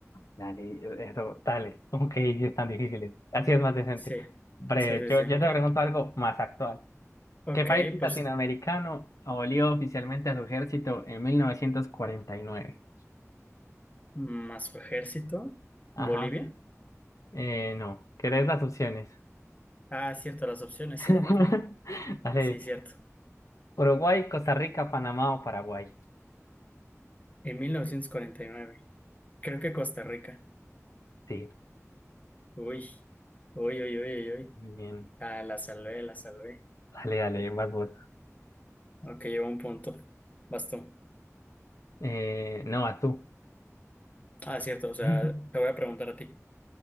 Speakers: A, on the left; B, on the left.
A: Dale, eso, dale. Ok, sí es tan difícil. Así es más decente.
B: Sí,
A: Breve,
B: sí, sí,
A: yo,
B: sí.
A: yo te pregunto algo más actual.
B: Ok,
A: ¿Qué país
B: pues
A: latinoamericano abolió oficialmente a su ejército en 1949?
B: más su ejército,
A: Ajá,
B: Bolivia.
A: eh, no. ¿Querés las opciones?
B: Ah, cierto, las opciones.
A: <laughs>
B: <laughs>
A: Dale,
B: Sí, cierto.
A: Uruguay, Costa Rica, Panamá o Paraguay.
B: En 1949, Creo que Costa Rica.
A: Sí,
B: Uy, uy, uy, uy, uy. uy.
A: bien.
B: Ah, la salvé, la salvé.
A: Dale, dale, vas vos.
B: Ok, llevo un punto. Bastón.
A: Eh, no, vas tú.
B: Ah, cierto, o sea,
A: <laughs>
B: te voy a preguntar a ti.